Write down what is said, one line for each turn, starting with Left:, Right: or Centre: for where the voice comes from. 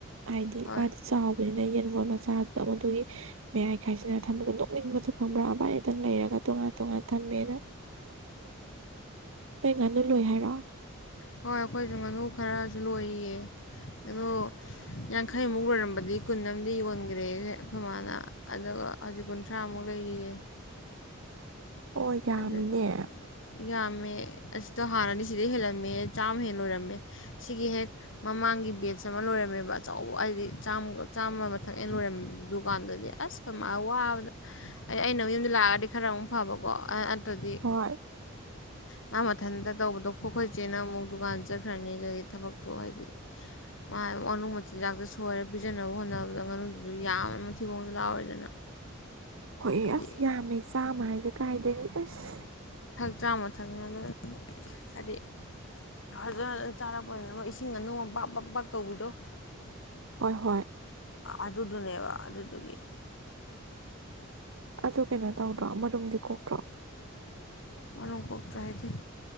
Right: ꯍꯥꯏꯗꯤ
Left: ꯍꯣꯏ
Right: ꯃꯥꯗꯤ ꯆꯥꯎꯕꯅꯤꯅ ꯌꯦꯟꯒꯣꯟꯜ ꯃꯆꯥꯗꯨꯅ ꯃꯗꯨꯒꯤ ꯃꯌꯥꯏ ꯈꯥꯏꯁꯤꯅ ꯊꯝꯕꯗ ꯅꯤꯡꯕꯗꯨ ꯈꯪꯕ꯭ꯔꯥ ꯑꯩ ꯑꯗꯨꯝ ꯂꯩꯔꯒ ꯇꯣꯉꯥꯟ ꯇꯣꯉꯥꯟ ꯊꯝꯕꯤꯔꯦ ꯑꯩꯅ ꯅꯦꯛꯔꯨꯏ ꯍꯥꯏꯔꯣ
Left: ꯍꯣꯏ ꯑꯩꯈꯣꯏꯁꯨ ꯉꯥꯅꯨ ꯈꯔꯁꯨ ꯂꯣꯏꯔꯤꯌꯦ ꯑꯩꯅꯣ ꯌꯥꯡꯈꯩꯃꯨꯛ ꯂꯣꯏꯔꯝꯕꯗꯤ ꯀꯨꯟ ꯑꯃꯗꯤ ꯌꯣꯟꯈ꯭ꯔꯦ ꯑꯩꯈꯣꯏ ꯃꯥꯅ ꯑꯗꯨꯒ ꯍꯧꯖꯤꯛ ꯀꯨꯟꯊ꯭ꯔꯥꯃꯨꯛ ꯂꯩꯔꯤꯌꯦ
Right: ꯍꯣꯏ ꯌꯥꯝꯃꯤꯅꯦ
Left: ꯑꯗ ꯌꯥꯝꯃꯦ ꯑꯁꯤꯗꯣ ꯍꯥꯟꯅꯗꯤ ꯁꯤꯗꯩ ꯍꯦꯜꯂꯝꯃꯦ ꯆꯥꯝꯃ ꯍꯦꯟ ꯂꯣꯏꯔꯝꯃꯦ ꯁꯤꯒꯤ ꯍꯦꯛ ꯃꯃꯥꯡ ꯒꯤ ꯕꯦꯠꯁ ꯑꯃ ꯂꯣꯏꯔꯝꯃꯦꯕ ꯑꯆꯧꯕ ꯍꯥꯏꯗꯤ ꯆ ꯆꯥꯝꯃ ꯃꯊꯛ ꯑꯩꯅ ꯂꯣꯏꯔꯝꯃꯦꯕ ꯗꯨꯀꯥꯟꯗꯗꯤ ꯑꯁ ꯋꯥꯕꯗ ꯑꯩꯅ ꯌꯨꯝꯗ ꯂꯥꯛꯑꯗꯤ ꯈꯔ ꯑꯃꯨꯛ ꯐꯕꯀꯣ ꯑꯥ ꯑꯗꯨꯗꯤ
Right: ꯍꯣꯏ
Left: ꯃꯥ ꯃꯊꯟꯇ ꯇꯧꯕꯗꯣ ꯈꯣꯏ ꯈꯣꯏ ꯆꯦꯅ ꯑꯃꯨꯛ ꯗꯨꯀꯥꯟ ꯆꯠꯈ꯭ꯔꯅꯤ ꯑꯗꯨꯗꯒꯤ ꯊꯕꯛꯇꯣ ꯍꯥꯏꯗꯤ ꯃꯥ ꯉꯥꯅꯨ ꯃꯆꯤꯟꯖꯥꯛꯇ ꯁꯣꯏꯔ ꯄꯤꯖꯅꯕ ꯍꯣꯠꯅꯕꯗ ꯉꯥꯅꯨꯗꯨꯁꯨ ꯌꯥꯝꯃꯦ ꯊꯤꯕꯣꯡꯁꯨ ꯂꯥꯎꯔꯦꯗꯅ
Right: ꯍꯣꯏ
Left: ꯍꯥꯏꯗꯤ
Right: ꯑꯁ ꯌꯥꯝꯃꯦ ꯆꯥꯝꯃ ꯍꯥꯏꯁꯦ ꯀꯥꯏꯗꯒꯤ ꯑꯁ
Left: ꯆꯥꯝꯃ ꯊꯥꯡꯅꯕꯅ ꯍꯥꯏꯗꯤ ꯐꯖ ꯐꯖꯅ ꯆꯥꯔꯛꯄꯅꯤꯅ ꯑꯃ ꯏꯁꯤꯡ ꯉꯥꯅꯨ ꯑꯃ ꯕꯥꯛ ꯕꯥꯛ ꯕꯥꯛ ꯇꯧꯕꯤꯗꯣ
Right: ꯍꯣꯏ ꯍꯣꯏ
Left: ꯑꯗꯨꯗꯨꯅꯦꯕ ꯑꯗꯨꯗꯨꯒꯤ
Right: ꯑꯗꯨ ꯀꯩꯅꯣ ꯇꯧꯗ꯭ꯔꯣ ꯃꯔꯨꯝꯗꯤ ꯀꯣꯛꯇ꯭ꯔꯣ
Left: ꯃꯔꯨꯝ ꯀꯣꯛꯇ꯭ꯔꯥ ꯍꯥꯢꯗꯤ